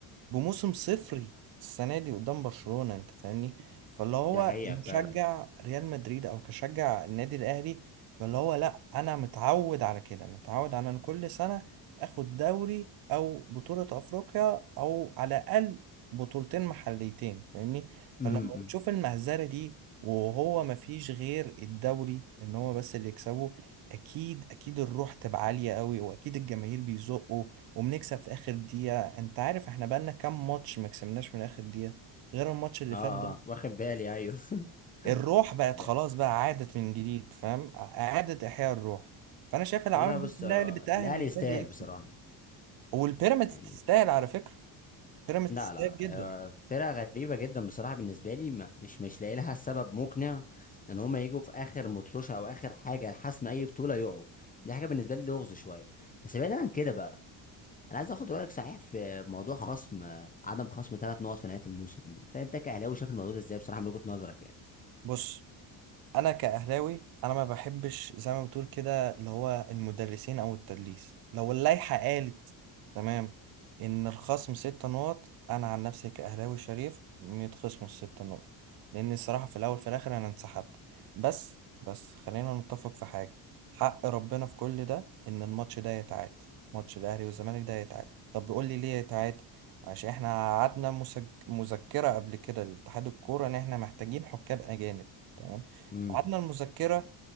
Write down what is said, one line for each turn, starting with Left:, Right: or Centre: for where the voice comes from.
Right: بموسم صفري السنة دي قدام برشلونة انت فاهمني فاللي هو
Left: ده حقيقة
Right: كمشجع
Left: فعلا
Right: ريال مدريد او كشجع النادي الاهلي فاللي هو لا انا متعود على كده متعود على ان كل سنة اخد دوري او بطولة افريقيا او على الاقل بطولتين محليتين فاهمني
Left: امم
Right: فلما بتشوف المهزلة دي وهو مفيش غير الدوري ان هو بس اللي يكسبه اكيد اكيد الروح تبقى عالية قوي واكيد الجماهير بيزقوا وبنكسب في اخر دقيقة انت عارف احنا بقالنا كام ماتش ما كسبناش من اخر دقيقة غير الماتش اللي
Left: اه
Right: فات ده
Left: اه واخد بالي ايوه
Right: الروح
Left: <laughs>
Right: بقت
Left: ده
Right: خلاص بقى عادت من جديد فاهم اعادة احياء الروح فانا شايف العوامل
Left: والله بص
Right: دي كلها
Left: آه،
Right: اللي بتأهل
Left: الاهلي
Right: النادي
Left: يستاهل
Right: يكسب
Left: بصراحة
Right: والبيراميدز
Left: يعني
Right: تستاهل على فكرة بيراميدز
Left: لا
Right: تستاهل
Left: لا
Right: جدا
Left: آه، فرقة غريبة جدا بصراحة بالنسبة لي ما- مش مش لاقي لها سبب مقنع ان هما يجوا في اخر مطوشة او اخر حاجة لحسم اي بطولة يقعوا دي حاجة بالنسبة لي لغز شوية بس بعيدا عن كده بقى انا عايز اخد رأيك صحيح في موضوع خصم آه، عدم خصم ثلاث نقط في نهاية الموسم انت انت كأهلاوي شايف الموضوع ده ازاي بصراحة من وجهة نظرك يعني
Right: بص انا كاهلاوي انا ما بحبش زي ما بتقول كده اللي هو المدرسين او التدليس لو اللائحه قالت تمام ان الخصم ست نقط انا عن نفسي كاهلاوي شريف إن يتخصموا الست نقط لان الصراحه في الاول في الاخر انا انسحبت بس بس خلينا نتفق في حاجه حق ربنا في كل ده ان الماتش ده يتعاد ماتش الاهلي والزمالك ده يتعاد طب بيقول لي ليه يتعاد عشان احنا قعدنا مسج... مذكره قبل كده لاتحاد الكوره ان احنا محتاجين حكام اجانب تمام
Left: امم
Right: ميعادنا المذكرة